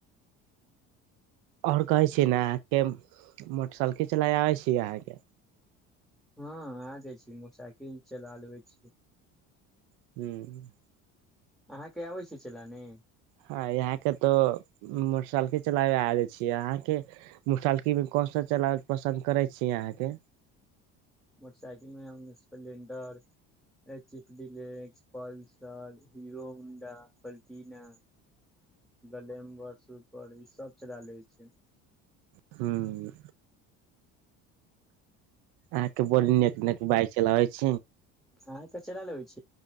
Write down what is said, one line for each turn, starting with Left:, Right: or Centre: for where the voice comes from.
Right: اور کہے چے نا آ کے موٹر سائیکل چلا آے آ کے
Centre: ہاں آ جائے موٹر سائیکل چلا لوے چ
Right: ہوں
Centre: ااں کے آبی سے چلاانے
Right: ہاں یہ کے تو موٹر سائیکل چلاوے آ ج چ آاں کے مسالکی میں کون سا چلال پسند کرے چ آاں کے
Centre: موٹر سائیکل میںپلینڈر چپ ڈی لس پلسر ہیرو ہونڈا پلٹینا گلیمبر سر ای سب چلا لے چ
Right: ہوں آ کے بڑی نیک نک بائک چلاوے چ
Centre: آ کچرا لوے چ